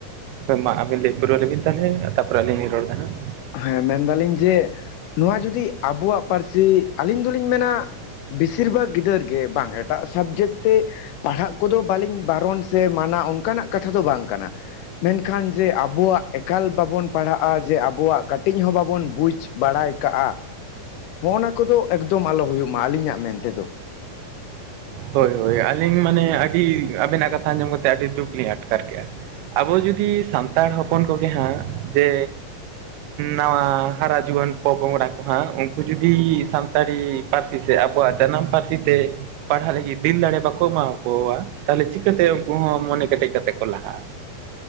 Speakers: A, on the right (about 80°); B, on the left (about 80°).
A: ᱦᱳᱭ ᱢᱟ ᱟᱵᱤᱱ ᱞᱟᱹᱭ ᱵᱩᱨᱣᱞᱞᱤ ᱵᱤᱱ ᱛᱟᱦᱚᱞᱮ ᱛᱟᱯᱚᱨ ᱟᱹᱞᱤᱧ ᱨᱚᱲ ᱮᱫᱟ ᱦᱟᱸᱜ
B: ᱦᱮᱸ ᱢᱮᱱᱫᱟᱞᱤᱧ ᱡᱮ ᱱᱚᱣᱟ ᱡᱩᱫᱤ ᱟᱵᱚᱣᱟᱜ ᱯᱟᱹᱨᱥᱤ ᱟᱹᱞᱤᱧ ᱫᱚᱞᱤᱧ ᱢᱮᱱᱟ ᱵᱮᱥᱤᱨ ᱵᱷᱟᱜᱽ ᱜᱤᱫᱟᱹᱨ ᱜᱮ ᱵᱟᱝ ᱮᱴᱟᱜ ᱥᱟᱵᱡᱮᱠᱴ ᱛᱮ ᱯᱟᱲᱦᱟᱜ ᱠᱚᱫᱚ ᱵᱟᱹᱞᱤᱧ ᱵᱟᱨᱚᱱ ᱥᱮ ᱢᱟᱱᱟ ᱚᱱᱠᱟᱱᱟᱜ ᱠᱟᱛᱷᱟ ᱫᱚ ᱵᱟᱝ ᱠᱟᱱᱟ ᱢᱮᱱᱠᱷᱟᱱ ᱡᱮ ᱟᱵᱚᱣᱟᱜ ᱮᱠᱟᱞ ᱵᱟᱵᱚᱱ ᱯᱟᱲᱦᱟᱜᱼᱟ ᱡᱮ ᱟᱵᱚᱣᱟᱜ ᱠᱟᱹᱴᱤᱡ ᱦᱚᱸ ᱵᱟᱵᱚᱱ ᱵᱩᱡᱽ ᱵᱟᱲᱟᱭ ᱠᱟᱜᱼᱟ ᱱᱚᱜᱼᱱᱟ ᱠᱚᱫᱚ ᱮᱠᱫᱚᱢ ᱟᱞᱚ ᱦᱩᱭᱩᱜ ᱢᱟ ᱟᱹᱞᱤᱧᱟᱜ ᱢᱮᱱ ᱛᱮᱫᱚ
A: ᱦᱳᱭ ᱦᱳᱭ ᱟᱹᱞᱤᱧ ᱢᱟᱱᱮ ᱟᱹᱰᱤ ᱟᱵᱮᱱᱟᱜ ᱠᱟᱛᱷᱟ ᱟᱸᱡᱚᱢ ᱠᱟᱛᱮᱫ ᱟᱹᱰᱤ ᱫᱩᱠ ᱞᱤᱧ ᱟᱴᱠᱟᱨ ᱠᱮᱫᱮᱜᱼᱟ ᱟᱵᱚ ᱡᱩᱫᱤ ᱥᱟᱱᱛᱟᱲ ᱦᱚᱯᱚᱱ ᱠᱚᱜᱮ ᱦᱟᱸᱜ ᱡᱮ ᱱᱟᱣᱟ ᱦᱟᱨᱟ ᱡᱩᱣᱟᱹᱱ ᱯᱚᱯᱚᱝᱲᱟ ᱠᱚ ᱦᱟᱸᱜ ᱩᱱᱠᱩ ᱡᱩᱫᱤ ᱥᱟᱱᱛᱟᱲᱤ ᱯᱟᱹᱨᱥᱤ ᱥᱮ ᱟᱵᱚᱣᱟᱜ ᱡᱟᱱᱟᱢ ᱯᱟᱹᱨᱥᱤ ᱛᱮ ᱯᱟᱲᱦᱟᱜ ᱞᱟᱹᱜᱤᱫ ᱫᱤᱱ ᱫᱟᱲᱮ ᱵᱟᱠᱚ ᱮᱢᱟᱠᱚᱣᱟ ᱛᱟᱦᱚᱞᱮ ᱪᱤᱠᱟᱹᱛᱮ ᱩᱱᱠᱩ ᱦᱚᱸ ᱢᱚᱱᱮ ᱠᱮᱴᱮᱡ ᱠᱟᱛᱮ ᱠᱚ ᱞᱟᱦᱟᱜᱼᱟ